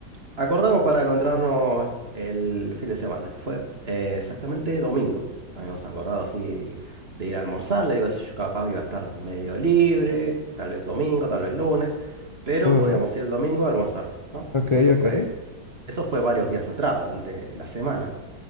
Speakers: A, on the right (about 35°); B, on the left (about 55°).
A: acordamos para encontrarnos el fin de semana, que fue eh, exactamente domingo. Habíamos acordado así de ir a almorzar. Le digo, yo capaz iba a estar medio libre, tal vez domingo, tal vez lunes, pero
B: uh,
A: podíamos ir el domingo a almorzar, ¿no?
B: ok,
A: Eso fue,
B: ok.
A: eso fue varios días atrás, durante la semana.